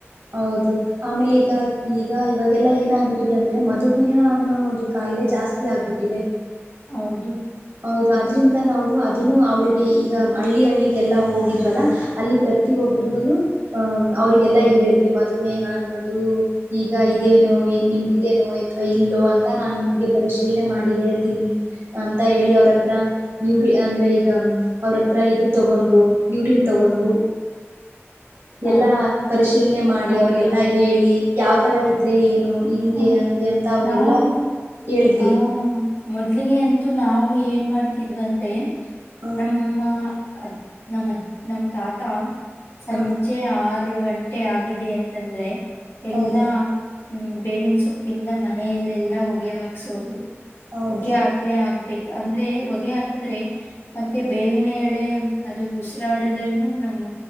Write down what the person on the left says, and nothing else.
ಹೌದು
ಹಾ
ಹೌದಾ
ಹ್ಮ್.
ನಾವು
ಆ ಮೊದ್ಲಿಗೆ ಅಂತೂ ನಾವು ಏನ್ ಮಾಡ್ತಿದ್ವಂದ್ರೆ
ನಮ್ಮ ಅದ್ ನಮನ ನಮ್ಮ ತಾತಾ ಸಂಜೆ
ಆರು ಆರು ಗಂಟೆ ಆಗಿದೆ ಅಂತಂದ್ರೆ ಎಲ್ಲಾ
ಹ್ಮ್ ಬೇವಿನ ಸೊಪ್ಪಿಂದ ಮನೆಯಲೆೆಲ್ಲಾ ಹೊಗೆ ಹಾಕ್ಸೋದು.
ಹೊಗ್ಗೆ ಹಾಕ್ಲೆೇ ಆಗ್ಬೇಕ್ ಅಂದ್ರೆ ಹೊಗೆ ಹಾಕಿದ್ರೆ ಮತ್ತೆ ಬೇವಿನ ಎಳೆ ಅದು ಉಸಿರಾಡದ್ರನು ನಮ್ಮ